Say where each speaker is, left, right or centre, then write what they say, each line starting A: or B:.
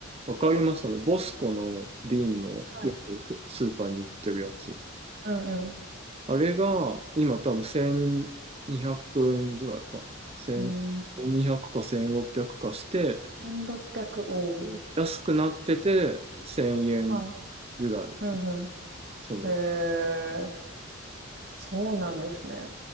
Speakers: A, on the right (about 30°); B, on the right (about 50°).
A: わかりますあの、ボスコの瓶のよくスーパーに売ってるやつ。
B: はい。うん
A: あれが、今多分1200円ぐらいかな。1 0
B: うん。うん、
A: 0 2 0 0か1600かして、
B: 1600、おー
A: 安くなってて1000円
B: はい。
A: ぐらい。
B: うんう
A: その、
B: ん。へえ、そうなんですね。